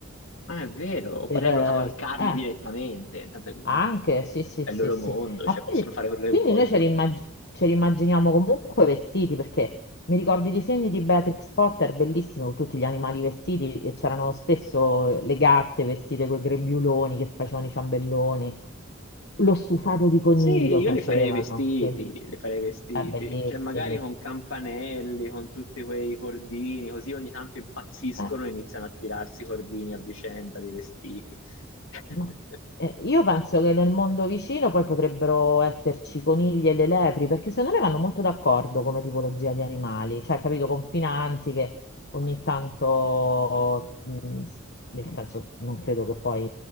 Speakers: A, on the left; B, on the left.
A: Ma è vero, o
B: Per,
A: potrebbero
B: eh,
A: cavalcarli
B: eh,
A: direttamente, tanto è
B: anche, sì, sì, sì,
A: il loro
B: sì.
A: mondo,
B: Ma
A: cioè
B: poi,
A: possono fare quello che
B: quindi
A: vogliono.
B: noi ce li, immag- ce li immaginiamo comunque vestiti, perché mi ricordo i disegni di Beatrix Potter, bellissimi, con tutti gli animali vestiti, e c'erano spesso le gatte vestite con i grembiuloni che facevano i ciambelloni. Lo stufato di coniglio
A: Sì, io
B: facevano,
A: li farei vestiti,
B: sì. Eh,
A: li farei vestiti,
B: bellissimi.
A: cioè magari con campanelli, con tutti quei cordini, così ogni tanto impazziscono
B: Eh.
A: e iniziano a tirarsi i cordini a vicenda dei vestiti. <laughs>
B: Ma, eh, io penso che nel mondo vicino poi potrebbero esserci conigli e le lepri, perché secondo me vanno molto d'accordo come tipologia di animali, cioè, capito, confinanti che ogni tanto, mh, s- nel senso, non credo che poi